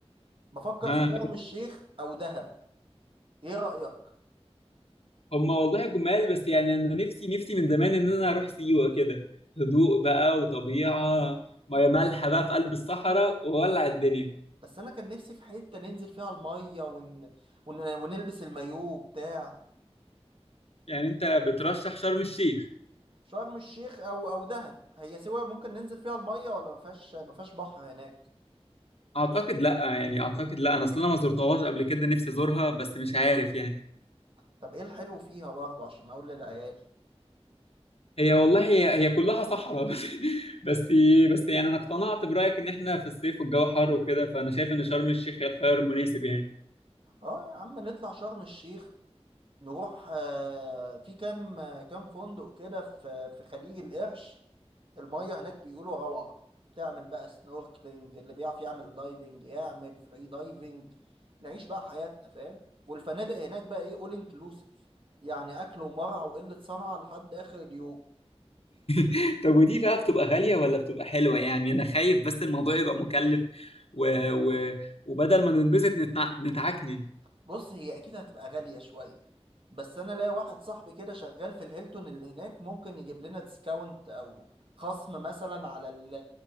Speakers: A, on the right; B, on the left.
A: بفكر
B: ها
A: في شرم الشيخ او دهب ايه رأيك
B: هم والله جمال بس يعني انا نفسي نفسي من زمان ان انا اروح سيوه كده هدوء بقى وطبيعه ميه مالحه بقى في قلب الصحراء وولع الدنيا
A: بس انا كان نفسي في حتة ننزل فيها المية ون... ون... ونلبس المايوه بتاع
B: يعني انت بترشح شرم الشيخ
A: شرم الشيخ او او دهب هي سوا ممكن ننزل فيها المية ولا ما فيهاش ما فيهاش بحر هناك
B: اعتقد لا يعني اعتقد لا انا اصلا ما زرتهاش قبل كده نفسي ازورها بس مش عارف يعني
A: طب ايه الحلو فيها برضه عشان اقول للعيال
B: هي والله هي هي كلها صحراء <laughs> بس بس بس يعني انا اقتنعت برايك ان احنا في الصيف والجو حر وكده فانا شايف ان شرم الشيخ هي الخيار المناسب يعني
A: اه يا عم نطلع شرم الشيخ نروح آه، في كام آه، كام فندق كده في في خليج القرش المية هناك بيقولوا روعة تعمل بقى سنوركلينج اللي بيعرف يعمل دايفنج يعمل فري دايفنج نعيش بقى حياتنا فاهم والفنادق هناك بقى ايه اول انكلوسيف يعني اكل ومرعى وقلة صنعة لحد اخر اليوم
B: <laughs> طب ودي بقى بتبقى غاليه ولا بتبقى حلوه يعني انا خايف بس الموضوع يبقى مكلف و... و... وبدل ما ننبسط نتع... نتعكنن
A: بص هي اكيد هتبقى غالية شوية بس انا ليا واحد صاحبي كده شغال في الهيلتون اللي هناك ممكن يجيب لنا ديسكاونت او خصم مثلا على ال